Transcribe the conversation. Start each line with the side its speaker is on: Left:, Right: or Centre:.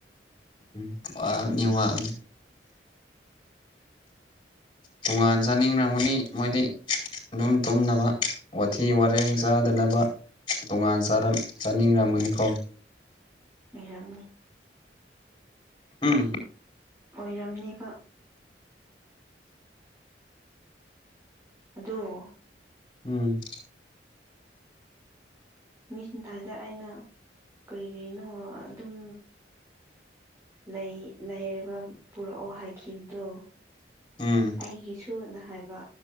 Left: ꯎꯝ ꯋꯥꯕꯅꯤ ꯋꯥꯕꯅꯤ ꯇꯣꯉꯥꯟ ꯆꯥꯅꯤꯡꯔꯝꯒꯅꯤ ꯃꯣꯏꯗꯤ ꯑꯗꯨꯝ ꯇꯨꯝꯅꯕ ꯋꯥꯊꯤ ꯋꯥꯔꯦꯡ ꯆꯥꯗꯅꯕ ꯇꯣꯉꯥꯟ ꯆꯥꯅꯤꯡꯔꯝꯒꯅꯤꯀꯣ
Right: <unintelligible>
Left: ꯎꯝ
Right: ꯑꯣꯏꯔꯝꯅꯦꯕ ꯑꯗꯣ
Left: ꯎꯝ
Right: ꯃꯤꯁꯗꯥꯏꯗ ꯑꯩꯅ ꯀꯔꯤ ꯀꯔꯤꯅꯣ ꯑꯗꯨꯝ ꯂꯩ ꯂꯩꯔꯒ ꯄꯨꯔꯛꯑꯣ ꯍꯥꯏꯈꯤꯕꯗꯣ
Left: ꯎꯝ
Right: ꯑꯩꯒꯤ ꯁꯨꯕꯅ ꯍꯥꯏꯕ